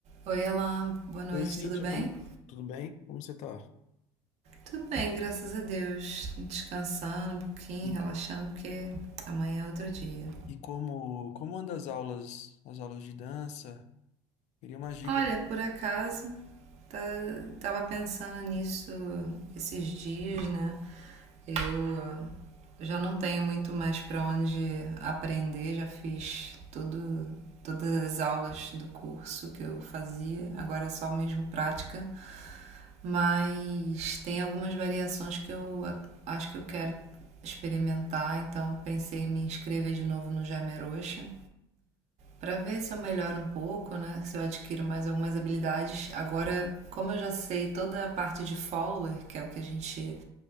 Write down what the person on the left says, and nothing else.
Oi, Cíntia,
como... tudo bem? Como você tá?
E,
e como, como andam as aulas, as aulas de dança? Queria umas dicas.